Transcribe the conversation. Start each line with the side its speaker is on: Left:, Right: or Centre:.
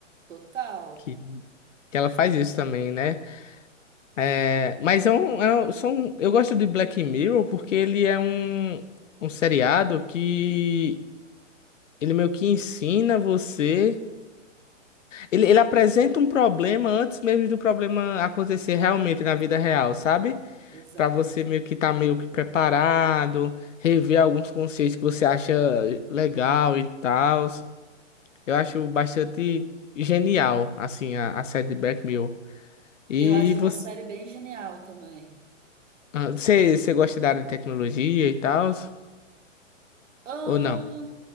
Right: Total,
Left: que, que ela faz isso também, né? É, mas é um, é um- são, eu gosto de Black Mirror porque ele é um, um seriado que ele meio que ensina você. Ele, ele apresenta um problema antes mesmo do problema acontecer realmente na vida real, sabe?
Right: exato
Left: Pra você meio que estar meio que preparado, rever alguns conceitos que você acha legal e tal. Eu acho bastante genial, assim, a, a série de Black Mirror. E
Right: Eu acho
Left: você,
Right: uma série bem genial também.
Left: ah, você, você gosta da área de tecnologia e tal?
Right: Oh,
Left: Ou não?